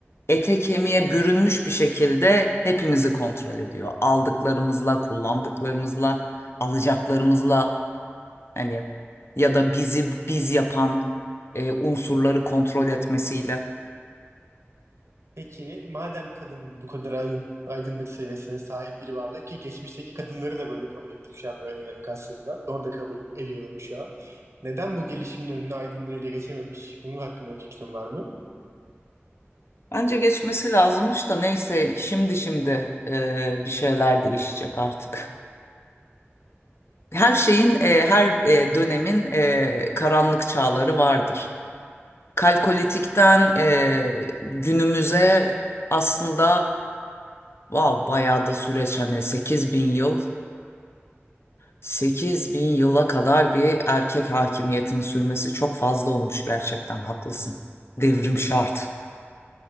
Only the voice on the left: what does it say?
ete kemiğe bürünmüş bir şekilde hepimizi kontrol ediyor. Aldıklarımızla, kullandıklarımızla, alacaklarımızla Hani ya da bizi biz yapan e, unsurları kontrol etmesiyle.
Bence geçmesi lazımmış da neyse şimdi şimdi e, bir şeyler değişecek artık. <laughs> Her şeyin, e, her e, dönemin e, karanlık çağları vardır. Kalkolitikten e, günümüze aslında wow, bayağı da süreç hani 8000 yıl 8 bin yıla kadar bir erkek hakimiyetinin sürmesi çok fazla olmuş gerçekten haklısın. Devrim şart.